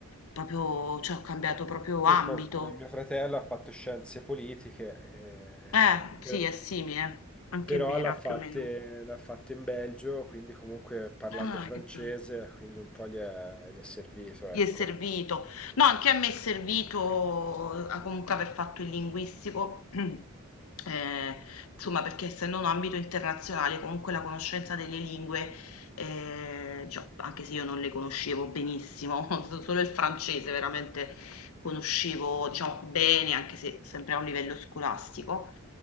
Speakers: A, on the left; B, in the centre.
A: proprio cioè ho cambiato proprio ambito.
B: Sì, co- come mio fratello ha fatto scienze politiche,
A: Eh,
B: eh,
A: sì, è simile, anche
B: però
A: a me era
B: l'ha fatte,
A: più o meno.
B: l'ha fatte in Belgio, quindi comunque parlando
A: Ah,
B: francese,
A: che be
B: quindi un po' gli è, gli è servito,
A: Gli
B: ecco.
A: è servito. No, anche a me è servito eh, comunque aver fatto il linguistico, <clears throat> eh, insomma, perché essendo un ambito internazionale, comunque la conoscenza delle lingue, eh, cioè, anche se io non le conoscevo benissimo, <laughs> solo il francese veramente conoscevo, diciamo, bene, anche se sempre a un livello scolastico.